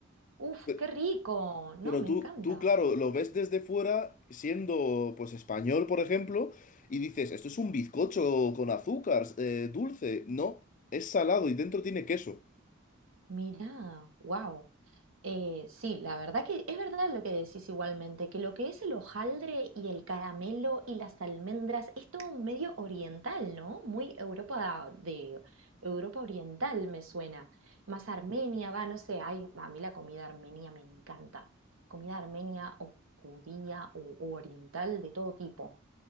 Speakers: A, on the right; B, on the left.
A: uf,
B: Pero,
A: qué rico.
B: pero
A: No, me
B: tú,
A: encanta.
B: tú, claro, lo ves desde fuera, siendo pues español, por ejemplo, y dices, esto es un bizcocho con azúcar, eh, dulce. No, es salado y dentro tiene queso.
A: Mira. Wow. Eh, sí, la verdad que es verdad lo que decís igualmente, que lo que es el hojaldre y el caramelo y las almendras es todo medio oriental, ¿no? Muy Europa de Europa oriental me suena. Más Armenia, va, no sé, ay, a mí la comida armenia me encanta. Comida armenia o judía o o oriental de todo tipo.